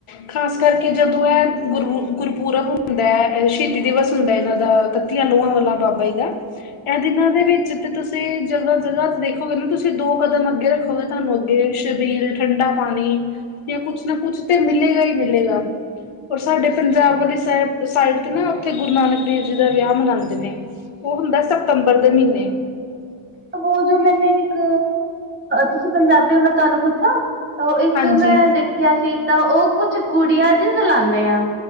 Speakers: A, on the left (about 75°); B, on the right (about 25°).
A: ਖਾਸ ਕਰਕੇ ਜਦੋਂ ਇਹ ਗੁਰ ਗੁਰਪੁਰਬ ਹੁੰਦਾ ਹੈ। ਸ਼ਹੀਦੀ ਦਿਵਸ ਹੁੰਦਾ ਇਹਨਾਂ ਦਾ ਲੋਹਾਂ ਵਾਲਾ ਬਾਬਾ ਜੀ ਦਾ, ਇਹ ਦਿਨਾਂ ਦੇ ਵਿੱਚ ਤੇ ਤੁਸੀਂ। ਤੇ ਜਗ੍ਹਾ- ਜਗ੍ਹਾ ਤੇ ਦੇਖੋਗੇ ਨਾ ਤੁਸੀਂ ਦੋ ਕਦਮ ਅੱਗੇ ਰੱਖੋਗੇ, ਤੁਹਾਨੂੰ ਅੱਗੇ, ਸ਼ਬੀਲ, ਠੰਡਾ ਪਾਣੀ। ਜਾਂ ਕੁਛ ਨਾ ਕੁਛ ਤਾਂ ਮਿਲੇਗਾ ਹੀ ਮਿਲੇਗਾ। ਔਰ ਸਾਡੇ ਪੰਜਾਬ ਵਾਲੀ ਸਾਈਡ, ਸਾਈਡ ਤੇ ਨਾ ਉੱਥੇ, ਗੁਰੂ ਨਾਨਕ ਦੇਵ ਜੀ ਦਾ ਵਿਆਹ ਮਨਾਉਂਦੇ ਨੇ। ਉਹ ਹੁੰਦਾ ਸਤੰਬਰ ਦੇ ਮਹੀਨੇ।
B: ਉਹ ਜੋ, ਮੈਨੇ ਇੱਕ ਤੁਸੀਂ ਪੰਜਾਬੀ ਹੋ, ਮੈਂ ਤੁਹਾਨੂੰ ਪੁੱਛਾਂ। ਉਹ ਇੱਕ
A: ਹਾਂਜੀ
B: ਮੈਂ ਦੇਖਿਆ ਸੀ, ਤਾਂ ਉਹ ਕੁਛ ਗੁੜੀਆਂ ਜੀ ਹਿਲਾਂਉਦੇ ਆ।